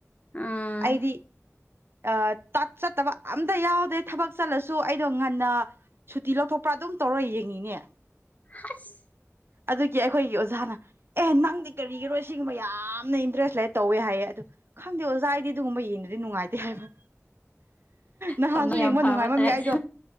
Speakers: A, on the left (about 30°); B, on the right (about 50°).
A: ꯑꯥ
B: ꯑꯩꯗꯤ ꯑ ꯇꯠ ꯆꯠꯇꯕ ꯑꯝꯇ ꯌꯥꯎꯗꯦ ꯊꯕꯛ ꯆꯠꯂꯁꯨ ꯑꯩꯗꯣ ꯉꯟꯅ ꯁꯨꯇꯤ ꯂꯧꯊꯣꯛꯄ꯭ꯔꯥ ꯑꯗꯨꯝ ꯇꯧꯔ ꯌꯦꯡꯉꯤꯅꯦ
A: ꯍꯁ
B: ꯑꯗꯨꯒꯤ ꯑꯩꯈꯣꯏꯒꯤ ꯑꯣꯖꯥꯅ ꯑꯦ ꯅꯪꯗꯤ ꯀꯔꯤꯒꯤꯔꯣꯏ ꯁꯤꯒꯨꯝꯕ ꯌꯥꯝꯅ ꯏꯟꯇꯔꯦꯁ ꯂꯩ ꯇꯧꯋꯦ ꯍꯥꯏꯌꯦ ꯑꯣ ꯈꯪꯗꯦ ꯉꯥꯏꯗꯤ ꯑꯗꯨꯒꯨꯝꯕ ꯌꯦꯡꯗꯗꯤ ꯅꯨꯡꯉꯥꯏꯇꯦ ꯍꯥꯏꯕ ꯅꯍꯥꯟꯁꯨ
A: ꯊꯧꯅ ꯌꯥꯝ
B: ꯌꯦꯡꯕ
A: ꯐꯥꯕ
B: ꯅꯨꯡꯉꯥꯏꯃꯝꯃꯤ
A: ꯇꯥꯏꯞ
B: ꯑꯩꯗꯣ